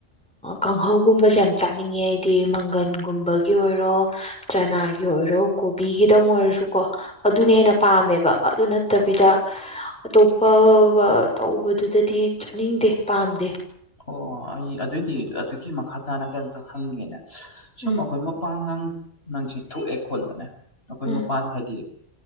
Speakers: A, in the centre; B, on the left.
A: ꯀꯥꯡꯍꯧꯒꯨꯝꯕꯁꯦ ꯌꯥꯝ ꯆꯥꯅꯤꯡꯉꯦ ꯑꯩꯗꯤ ꯃꯪꯒꯟꯒꯨꯝꯕꯒꯤ ꯑꯣꯏꯔꯣ ꯆꯅꯥꯒꯤ ꯑꯣꯏꯔꯣ ꯀꯣꯕꯤꯒꯤꯗꯪ ꯑꯣꯏꯔꯁꯨ ꯀꯣ ꯑꯗꯨꯅ ꯍꯦꯟꯅ ꯄꯥꯝꯃꯦꯕ ꯑꯗꯨ ꯅꯠꯇꯕꯤꯗ ꯑꯇꯣꯞꯄꯒ ꯇꯧꯕꯗꯨꯗꯗꯤ ꯆꯥꯅꯤꯡꯗꯦ ꯄꯥꯝꯗꯦ
B: ꯑꯣ ꯑꯣ ꯑꯩ ꯑꯗꯨꯗꯤ ꯑꯗꯨꯒꯤ ꯃꯈꯥ ꯇꯥꯅ ꯀꯩꯅꯣꯝꯇ ꯍꯪꯒꯦꯅꯦ ꯁꯨꯝ
A: ꯎꯝ
B: ꯑꯩꯈꯣꯏ ꯃꯄꯥꯟ ꯉꯥꯡ ꯅꯪꯁ ꯊꯣꯛꯑꯦ ꯈꯣꯠꯂꯅꯦ ꯑꯩꯈꯣꯏ
A: ꯎꯝ
B: ꯃꯄꯥꯟ ꯍꯥꯏꯗꯤ